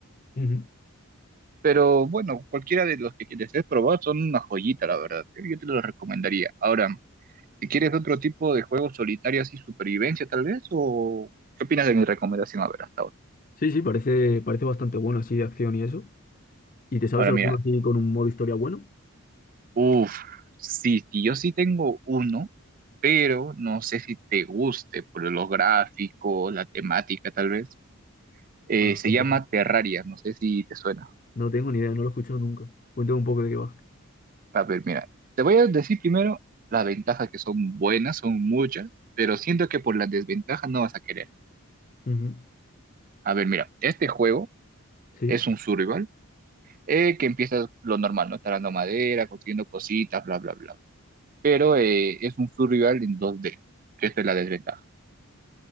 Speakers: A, on the left (about 40°); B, on the right (about 40°).
A: Ujú.
B: pero bueno, cualquiera de los que desees probar son una joyita, la verdad. ¿eh? Yo te los recomendaría. Ahora, si quieres otro tipo de juegos solitarios y supervivencia, tal vez, o qué opinas de mi recomendación, a ver, hasta ahora.
A: Sí, sí, parece, parece bastante bueno así de acción y eso. ¿Y te sabes
B: Ahora,
A: alguno
B: mira,
A: así con un modo historia bueno?
B: uff, sí, sí, yo sí tengo uno, pero no sé si te guste por los gráficos, la temática, tal vez. Eh,
A: Ah,
B: se
A: cuéntame.
B: llama Terraria, no sé si te suena.
A: No tengo ni idea, no lo he escuchado nunca. Cuéntame un poco de qué va.
B: A ver, mira, te voy a decir primero las ventajas que son buenas, son muchas, pero siento que por las desventajas no vas a querer.
A: Ujú.
B: A ver, mira, este juego
A: Sí,
B: es un survival eh, que empiezas lo normal, ¿no? Talando madera, consiguiendo cositas, bla, bla, bla. Pero eh, es un survival en 2D, que esta es la desventaja.